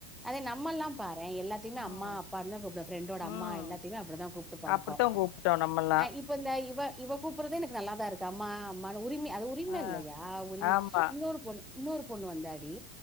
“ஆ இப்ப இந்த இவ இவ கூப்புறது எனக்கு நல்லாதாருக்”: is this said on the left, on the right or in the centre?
Centre